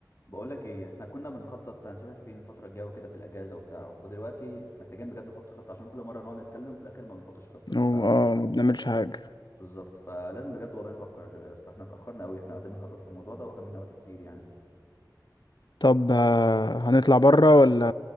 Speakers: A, on the left; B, on the left.
A: بقول لك ايه احنا كنا بنخطط هنسافر فين الفتره الجايه وكده في الاجازه وبتاع ودلوقتي محتاجين بجد نحط خطه عشان كل مره نقعد نتكلم في الاخير ما بنحطش خطه ف
B: هو- اه ما بنعملش حاجة
A: بالظبط فلازم بجد والله نفكر اصل احنا اتاخرنا قوي احنا قاعدين بنخطط للموضوع ده واخد منا وقت كتير يعني
B: طب آه، هنطلع برا ولا